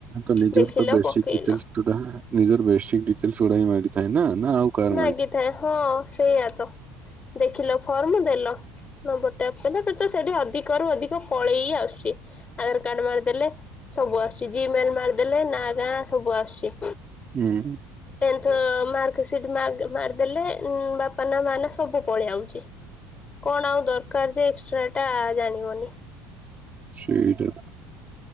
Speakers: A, on the right (about 35°); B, on the left (about 25°).
A: ତ ନିଜର
B: ଦେଖିଲ
A: ତ ବେଶିକ
B: ପକେଇଲ।
A: ଡିଟେଲସ ଡା ନିଜର ବେସିକ ଡିଟେଲସ ଗୁଡ଼ା ହିଁ ଭାରି ଥାଏ ନା। ନା ଆଉ କାହାର
B: ମାଗିଥାଏ ହଁ ସେଇଆ ତ। ଦେଖିଲ ଫର୍ମ ଦେଲ ନମ୍ବର ଟପ କ ପଚ <unintelligible> ସେଠି ଅଧିକରୁୁ ଅଧିକ ପଳେଇ ଆସୁଛି ଆଧାର କାର୍ଡ ମାରିଦେଲେ ସବୁ ଆସୁଛି ଜିମେଲ ମାରିଦେଲେ ନା ଗାଁ ସବୁ ଆସୁଛି।
A: ହୁଁ।
B: ତ ମାର୍କ ଆ ମାରିଦେଲେ ବାପା ନା ମା ନା ସବୁ ପଳେଇଆଉଛି କଣ ଆଉ ଦରକାର ଯେ ଏକ୍ସଟ୍ରା ଟା ଜାଣିବନି
A: ଶଇଡ଼ <unintelligible>